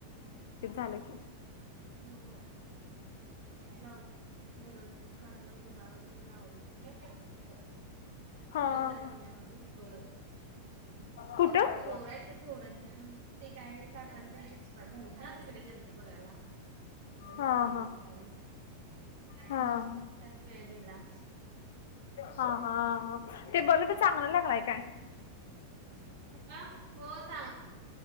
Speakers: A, on the left; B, on the right.
A: न ककी.
B: हम्म. लावून घरून काढलो दिवा वगैरे लावल. त कायकण
A: हा
B: कत
A: हा.
B: होऊग बळ.
A: कुठं
B: पोर आहे ते पोरांच्या ना ते काय काकांच्याची एक्सप झाली ना तिकडे गेल. ते बघायला. तिकडे जरा
A: हा
B: गेल
A: हा
B: थोड वेळ
A: हा
B: त्यात
A: हा
B: वेळ गेला.
A: हा हा ह ते बोल तर चांगलं लागलाय काय.
B: तलं हो चांग.